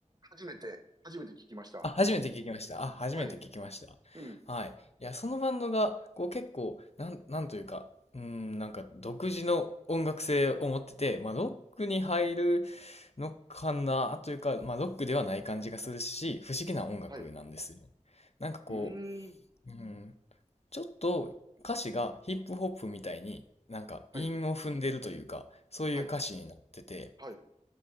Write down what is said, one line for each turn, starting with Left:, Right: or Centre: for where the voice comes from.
Right: 初めて、初めて聞きました。
Left: あ、初めて聞きました。あ、初めて聞きました。
Right: はい、うん、
Left: はい。いや、そのバンドが、こう結構、なん、なんというか、うーん、なんか独自の音楽性を持ってて、まあロックに入るのかなというか、まあロックではない感じがするし、不思議な音楽なんですよ。
Right: はい。
Left: なんかこ
Right: うーん、
Left: う、うん、ちょっと歌詞がヒップホップみたいになんか韻を踏んでるというか、
Right: はい、
Left: そういう歌詞になってて、
Right: はい、はい、